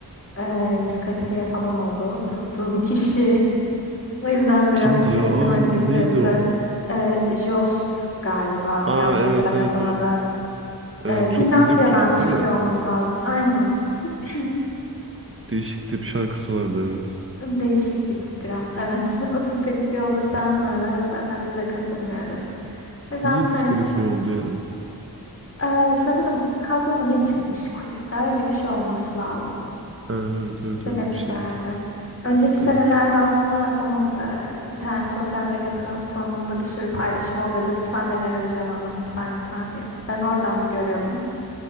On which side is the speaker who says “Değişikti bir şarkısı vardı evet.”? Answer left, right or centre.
Right